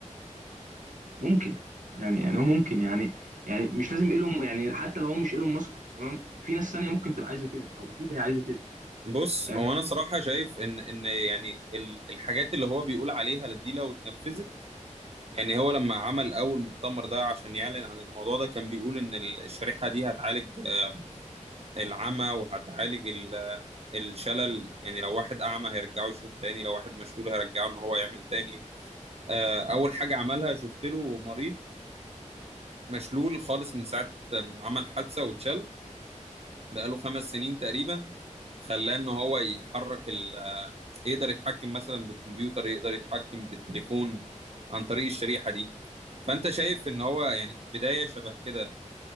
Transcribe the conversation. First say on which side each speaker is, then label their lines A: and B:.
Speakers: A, on the right; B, on the right.
A: ممكن يعني يعني هو ممكن يعني يعني مش لازم ايلون يعني حتى لو هو مش ايلون ماسك تمام في ناس تانية ممكن تبقى عايزه كده او اكيد هي عايزه كده
B: بص
A: فاهم
B: هو انا صراحه شايف ان ان يعني ال- الحاجات اللي هو بيقول عليها دي لو اتنفذت يعني هو لما عمل اول مؤتمر ده عشان يعلن عن الموضوع ده كان بيقول ان ال- الشريحه دي هتعالج آه، العمى وهتعالج ال- الشلل يعني لو واحد اعمى هيرجعه يشوف تاني لو واحد مشلول هيرجعه ان هو يعمل تاني آه، اول حاجه عملها شفت له مريض مشلول خالص من ساعه ما عمل حادثه واتشل بقاله خمس سنين تقريبا خلاه ان هو يحرك يقدر يتحكم مثلا بالكمبيوتر يقدر يتحكم بالتليفون عن طريق الشريحة دي فأنت شايف إن هو يعني بداية شبه كده